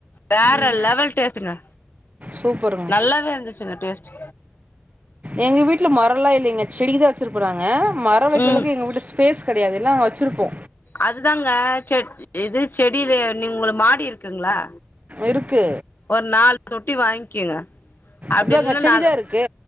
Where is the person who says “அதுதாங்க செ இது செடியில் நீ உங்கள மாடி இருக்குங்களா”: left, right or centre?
Left